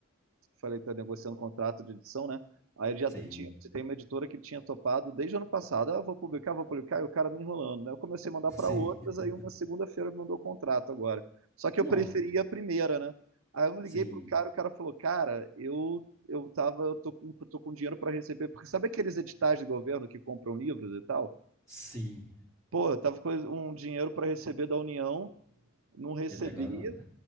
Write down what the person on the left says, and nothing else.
sim,
sim.
<laughs>
Não,
sim,
sim.
E até agora nada.